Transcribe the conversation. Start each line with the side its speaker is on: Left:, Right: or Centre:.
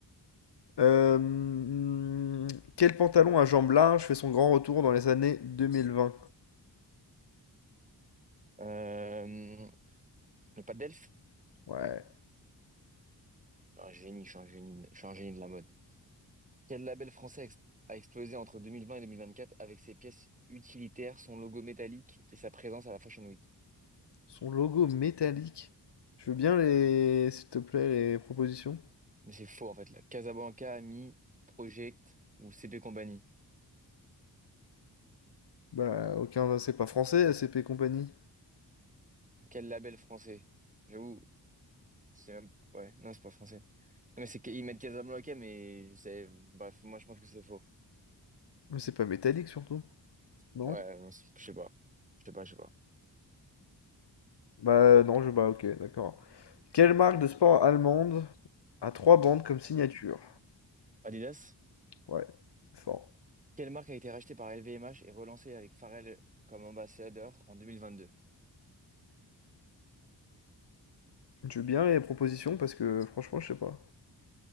Left: Euh, hmm, quel pantalon à jambes larges fait son grand retour dans les années deux mille vingt
Right: Euh, le pas d'elfe
Left: Ouais.
Right: Je suis un génie, je suis un génie, je suis un génie de la mode. Quel label français a ex- a explosé entre 2020 et 2024 avec ses pièces utilitaires, son logo métallique et sa présence à la Fashion Week?
Left: Son logo métallique. Je veux bien les, s'il te plaît, les propositions.
Right: Mais c'est faux en fait là. Casablanca, Ami, Project ou CP Company.
Left: Bah, aucun, bah, c'est pas français, ACP compagnie.
Right: Quel label français? J'avoue, c'est même... Ouais, non, c'est pas français. Non, mais c'est qu'ils mettent Casablanca, mais c'est... Bref, moi je pense que c'est faux.
Left: Mais c'est pas métallique surtout, non?
Right: Ouais, non, c'est- je sais pas. Je sais pas, je sais pas.
Left: Bah, non, je, bah, ok, d'accord. Quelle marque de sport allemande a trois bandes comme signature?
Right: Adidas?
Left: Ouais, c'est fort.
Right: Quelle marque a été rachetée par LVMH et relancée avec Pharrell comme ambassadeur en 2022?
Left: Je veux bien les propositions parce que franchement, je sais pas.